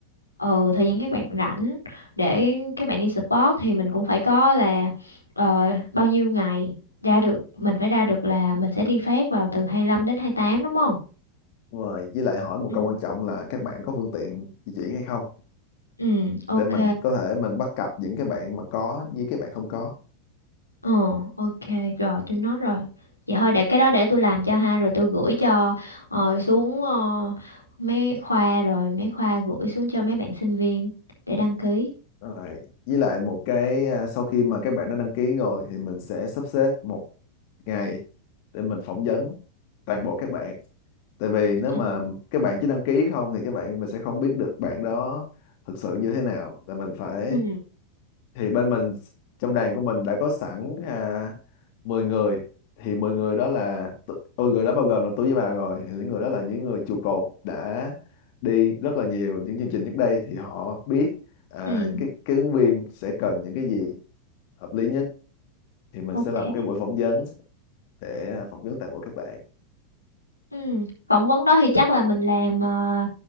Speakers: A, on the left; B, on the left.
A: ờ ừ, thời gian các bạn rảnh để các bạn đi sport thì mình cũng phải có là ờ, bao nhiêu ngày ra được mình phải ra được là mình sẽ đi phát vào từ hai lăm đến hai tám đúng không?
B: đúng rồi với lại hỏi một
A: Ừ.
B: câu quan trọng là các bạn có phương tiện di chuyển hay không
A: Ừ, ok.
B: để mình có thể mình bắt cặp những cái bạn mà có với các bạn không có
A: Ờ, ok, rồi tôi nốt rồi. Vậy thôi để cái đó để tôi làm cho ha rồi tôi gửi cho ờ, xuống ờ, mấy khoa rồi mấy khoa gửi xuống cho mấy bạn sinh viên để đăng ký.
B: rồi với lại một cái à, sau khi mà các bạn đã đăng ký rồi thì mình sẽ sắp xếp một ngày để mình phỏng vấn toàn bộ các bạn tại vì nếu
A: Ờ,
B: mà các bạn chỉ đăng ký không thì các bạn mình sẽ không biết được bạn đó thực sự như thế nào là mình phải
A: Ừ,
B: thì bên mình trong đoàn của mình đã có sẵn à, 10 người thì 10 người đó là tự- ôi người đó bao gồm là tôi với bà rồi thì những người đó là những người trụ cột đã đi rất là nhiều những chương trình trước đây thì họ biết à,
A: ừ,
B: cái cái ứng viên sẽ cần những cái gì hợp lý nhất thì mình
A: ok.
B: sẽ làm một cái buổi phỏng vấn để phỏng vấn toàn bộ các bạn
A: Ừ. Phỏng vấn đó thì chắc là mình làm ờ,